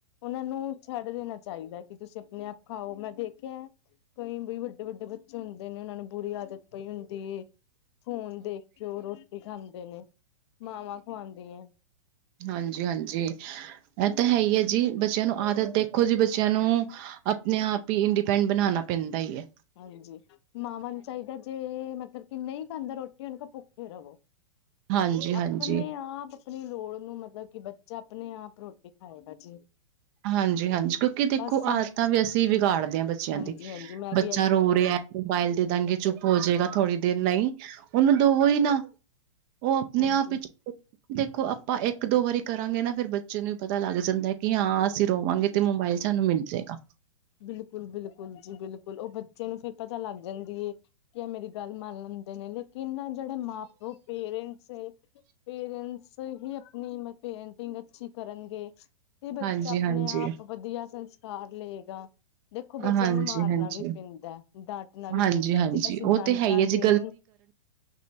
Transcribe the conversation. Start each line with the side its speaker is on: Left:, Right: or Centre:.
Left: ਉਨਾਂ ਨੂੰ ਛੱਡ ਦੇਣਾ ਚਾਈਦਾ ਕੀ ਤੁਸੀਂ ਆਪਣੇ ਆਪ ਖਾਓ ਮੈਂ ਦੇ ਖਿਆ ਕਈ ਬਈ ਵੱਡੇ-ਵੱਡੇ ਬੱਚੇ ਹੁੰਦੇ ਨੇ ਉਨਾਂ ਨੂੰ ਬੁਰੀ ਆਦਤ ਪਈ ਹੁੰਦੀ ਏ ਫੋਨ ਦੇਖ ਕੇ ਪ ਰੋਟੀ ਖਾਂਦੇ ਨੇ ਮਾਵਾਂ ਖਵਾਂਦੀਆਂ।
Right: ਹਾਂਜੀ-ਹਾਂਜੀ ਏ ਤਾਂ ਹੈ ਈ ਐ ਜੀ ਬੱਚਿਆਂ ਨੂੰ ਆਦਤ ਦੇਖੋ ਜੀ ਬੱਚਿਆਂ ਨੂੰ ਆਪਣੇ ਆਪ ਈ ਇੰਡੀਪੈਂਡ ਬਣਾਣਾ ਪੈਂਦਾ ਈ ਐ।
Left: ਹਾਂਜੀ ਮਾਵਾਂ ਨੂੰ ਚਾਈਦਾ ਜੇ ਮਤਲਬ ਕੀ ਨਈ ਖਾਂਦਾ ਰੋਟੀ ਉਨੂੰ ਕੋ ਭੁੱਖੇ ਰਵੋ।
Right: ਹਾਂਜੀ ਹਾਂਜੀ
Left: ਆਪਣੇ ਆਪ ਆਪਣੀ ਲੋੜ ਨੂੰ ਮਤਲਬ ਕੀ ਬੱਚਾ ਆਪਣੇ ਆਪ ਰੋਟੀ ਖਾਏਗਾ ਜੀ।
Right: ਹਾਂਜੀ-ਹਾਂਜੀ ਕਿਉਂਕੀ ਦੇਖੋ
Left: ਬਸ
Right: ਆਦਤਾਂ ਵੀ ਅਸੀਂ ਵਿਗਾੜਦੇ ਆ ਬੱਚਿਆਂ
Left: ਹਾਂਜੀ
Right: ਦੀ
Left: ਹਾਂਜੀ ਮੈਂ
Right: ਬੱਚਾ
Left: ਵੀ ਇਹੀ
Right: ਰੋ
Left: ਕਹਿਣਾ
Right: ਰਿਐ
Left: ਸੀ
Right: ਮੋਬਾਇਲ ਦੇਂਦਾਗੇ ਚੁੱਪ ਹੋਜੇਗਾ ਥੋੜ੍ਹੀ ਦੇਰ ਨਈ ਉਨੂੰ ਦੋਵੋ ਈ ਨਾ। ਓ ਆਪਣੇ
Left: ਹਾਂਜੀ
Right: ਆਪ ਚੁ ਦੇਖੋ ਆਪਾਂ ਇੱਕ ਦੋ ਵਾਰੀ ਕਰਾਂਗੇ ਨਾ ਫੇਰ ਬੱਚੇ ਨੂੰ ਵੀ ਪਤਾ ਲੱਗ ਜਾਂਦੈ ਕੀ ਹਾਂ ਅਸੀਂ ਰੋਵਾਂਗੇ ਤੇ ਮੋਬਾਇਲ ਸਾਨੂੰ ਮਿਲ ਜੇਗਾ।
Left: ਬਿਲਕੁਲ ਬਿਲਕੁਲ ਜੀ ਬਿਲਕੁਲ ਓ ਬੱਚੇ ਨੂੰ ਫਿਰ ਪਤਾ ਲੱਗ ਜਾਂਦੀ ਏ ਕੀ ਆ ਮੇਰੀ ਗੱਲ ਮੰਨ ਲੈਂਦੇ ਨੇ ਲੇਕਿਨ ਨਾ ਜੇੜਾ ਮਾਂ-ਪਿਓ ਪੇਰੈਂਟਸ-ਪੇਰੈਂਟਸ ਹੀ ਆਪਣੀ ਪੇਰੈਂਟਿੰਗ ਅੱਛੀ ਕਰਨਗੇ ਤੇ ਬੱਚਾ
Right: ਹਾਂਜੀ
Left: ਅਪਨੇ
Right: ਹਾਂਜੀ
Left: ਆਪ ਵਦੀਆ ਸੰਸਕਾਰ ਲਏਗਾ। ਦੇਖੋ, ਬੱਚਿਆਂ
Right: ਹਾਂਜੀ
Left: ਨੂੰ ਮਾਰਨਾ
Right: ਹਾਂਜੀ
Left: ਵੀ ਪੈਂਦਾ ਡਾਂਟਣਾ ਵੀ
Right: ਹਾਂਜੀ
Left: ਪੈਂਦਾ
Right: ਹਾਂਜੀ
Left: ਜੇ ਅਸੀਂ
Right: ਉਹ
Left: ਡਾਂਟਾਂਗੇ
Right: ਤੇ ਹੈ ਹੀ ਹੈ ਜੀ
Left: ਨੀਂ